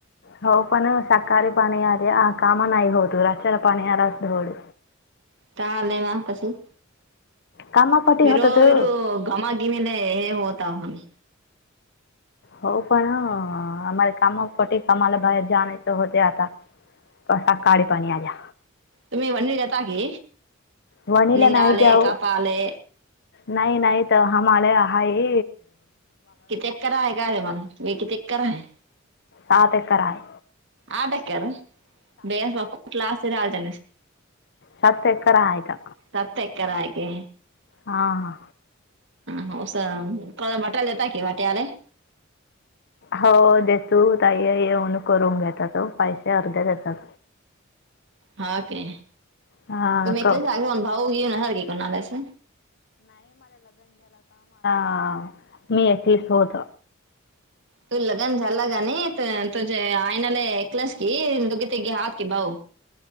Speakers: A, on the left; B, on the right.
A: हो पण सकाळी पाणी आल आ काम नाही होत रातच्याला पाणी आला की बर.
B: का आलंय मा पसी.
A: कामापटी
B: वरोवरो
A: होतं
B: घमाघूगीने हे होता हम.
A: हो पण आम्हाला काम कूटे कामाला बाहेर जाण्याचं होते आता. बा साकाळी पाणी आला.
B: तुम्ही वनिर तागी
A: वणीला
B: निंदाले,
A: नाही जाऊ
B: कापाले.
A: नाही नाही त हमाले हाई
B: किती एकर हाये काय ते मंग मी किती एकर हाये.
A: सात एकर हाय.
B: आठ एकर, बेस मग <unintelligible>
A: सात एकर आहे तर
B: सात एकरा आहेे के?.
A: हा हा.
B: ह अस बट्यालेता का वाट्याले.
A: हो देतू ताईये येऊन करून जातात पैसे आर्धे देतात.
B: हा की
A: हां
B: तुम्ही
A: क
B: ते जागी अन भाव घेवून कोणाला अस?
A: हा मी येथेच सोध.
B: ते लगन झाला कणी ते तुझे हायनले एकलच की तिघे हात की भाऊ.